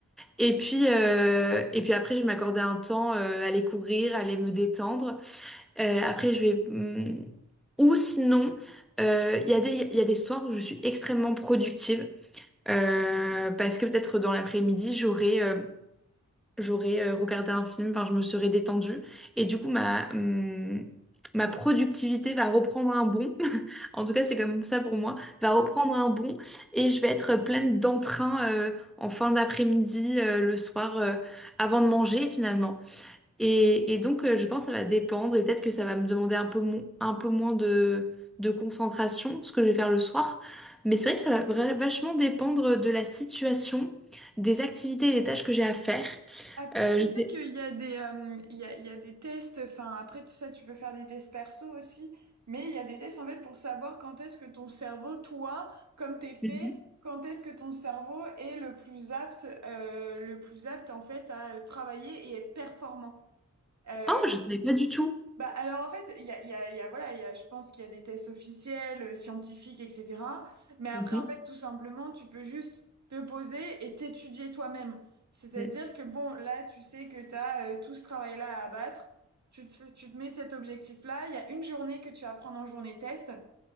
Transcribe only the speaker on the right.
Après,
tu
sais
qu'il y a des, euh, il y a, il y a des tests, enfin après tout ça, tu peux faire des tests perso aussi, mais il y a des tests en fait pour savoir quand est-ce que ton cerveau, toi, comme t'es fait,
quand est-ce que ton cerveau est le plus apte, euh, le plus apte en fait à travailler et être performant. Euh,
bah, alors en fait, il y a, il y a- il y a- voilà, il y a, je pense qu'il y a des tests officiels, euh, scientifiques, etc. Mais après,
en fait, tout simplement, tu peux juste te poser et t'étudier toi-même. C'est-à-dire
que bon, là, tu sais que tu as tout ce travail-là à abattre. Tu te, tu te mets cet objectif-là. Il y a une journée que tu vas prendre en journée test